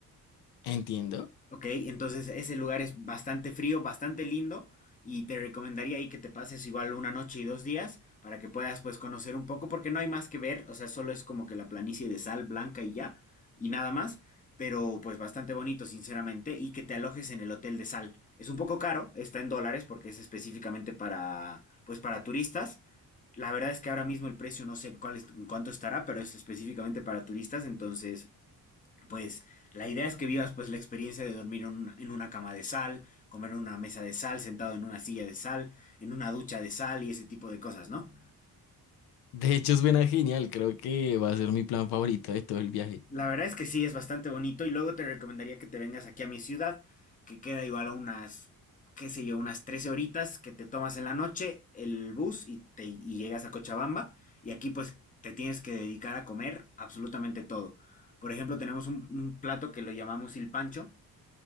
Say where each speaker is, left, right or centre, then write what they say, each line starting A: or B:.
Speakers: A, on the left; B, on the left.
A: Entiendo.
B: Ok, entonces ese lugar es bastante frío, bastante lindo y te recomendaría ahí que te pases igual una noche y dos días para que puedas pues conocer un poco porque no hay más que ver, o sea, solo es como que la planicie de sal blanca y ya y nada más, pero pues bastante bonito sinceramente y que te alojes en el hotel de sal. Es un poco caro, está en dólares porque es específicamente para pues para turistas. La verdad es que ahora mismo el precio no sé en cuál es en cuánto estará, pero es específicamente para turistas, entonces pues la idea es que vivas pues la experiencia de dormir en una, en una cama de sal, comer en una mesa de sal, sentado en una silla de sal, en una ducha de sal y ese tipo de cosas, ¿no?
A: De hecho, suena genial. Creo que va a ser mi plan favorito de todo el viaje.
B: La verdad es que sí, es bastante bonito y luego te recomendaría que te vengas aquí a mi ciudad, que queda igual a unas, qué sé yo, unas 13 horitas que te tomas en la noche el bus y, te, y llegas a Cochabamba y aquí pues te tienes que dedicar a comer absolutamente todo. Por ejemplo, tenemos un, un plato que lo llamamos il pancho,